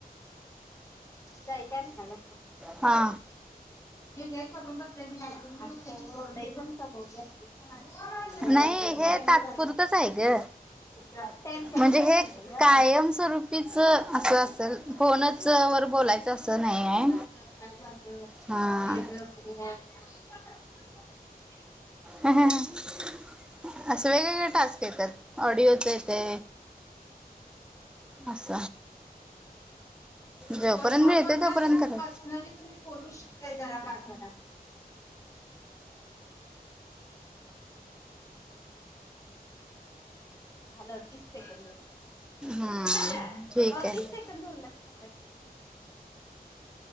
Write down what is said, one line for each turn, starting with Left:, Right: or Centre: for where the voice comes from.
Left: ताई काय म्हणाल्यात बघ
Centre: हा.
Left: <unintelligible> <unintelligible>
Centre: नाही हे तात्पुरतच आहे ग
Left: <unintelligible>
Centre: म्हणजे हे कायमस्वरूपीच असं असेल
Left: आपल
Centre: फोनच वर
Left: सगळं
Centre: बोलायचं
Left: कुठ कसं
Centre: असं
Left: डिस्कशन
Centre: नाही आहे
Left: चालल काय झालं
Centre: हा
Left: गेलं कोण <unintelligible>
Centre: हा हा हा असं टास्क येतात ऑडिओच येते अस जोपर्यंत
Left: बोलता
Centre: येते
Left: बोलता
Centre: तोपर्यंत करा
Left: पर्सनली तुम्ही पोरग शिकतय जरा काय करा असं झालं तीस सेकड उरल्यात
Centre: हम्म ठीक
Left: आओ
Centre: आहे
Left: तीस सेक उरल्यात थांबा कि